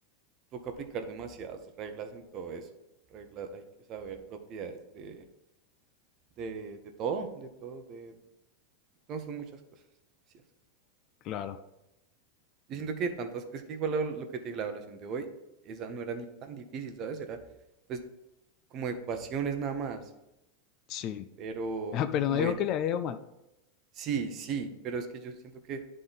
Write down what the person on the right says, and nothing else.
toca aplicar demasiadas reglas en todo eso. Reglas, hay que saber propiedades de, de, de todo, de todo, de... No, son muchas cosas, demasiadas.
Yo siento que tantas... Es que igual lo, lo que te digo, la evaluación de hoy, esa no era ni tan difícil, ¿sabes? Era pues como de ecuaciones nada más,
pero
como
de,
sí, sí, pero es que yo siento que